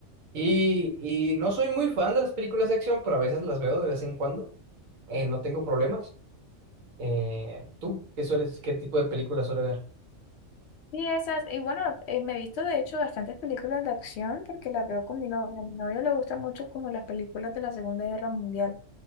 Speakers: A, on the right; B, on the left.
A: Y, y no soy muy fan de las películas de acción, pero a veces las veo de vez en cuando. Eh, no tengo problemas. Eh, ¿tú qué sueles, qué tipo de películas suele ver?
B: Sí, esas, y bueno, eh, me he visto de hecho bastantes películas de acción porque las veo con mi novio. A mi novio le gustan mucho como las películas de la Segunda Guerra Mundial